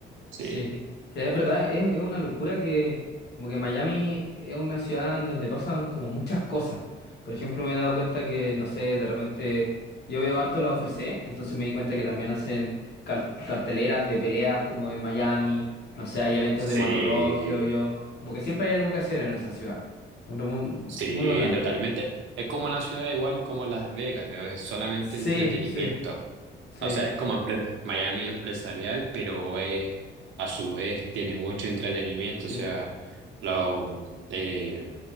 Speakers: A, on the right; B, on the left.
A: sí.
B: Sí, O sea, es verdad, es, es una locura que como que Miami es una ciudad en donde pasan como muchas cosas. Por ejemplo, me he dado cuenta que, no sé, de repente yo veo harto la UFC, entonces me di cuenta que también hacen car- carteleras de peleas como en Miami, no sé, hay eventos
A: Sí,
B: de motocross, creo yo, como que siempre hay algo que hacer en esa ciudad. Bueno, Muy,
A: Sí,
B: muy bacán.
A: totalmente. Es como una ciudad igual como Las Vegas, ¿no? Es solamente
B: Sí,
A: entretenimiento.
B: sí, sí,
A: O sea, es como empre- Miami empresarial, pero eh, a su vez tiene mucho entretenimiento.
B: sí,
A: O sea, lo- eh,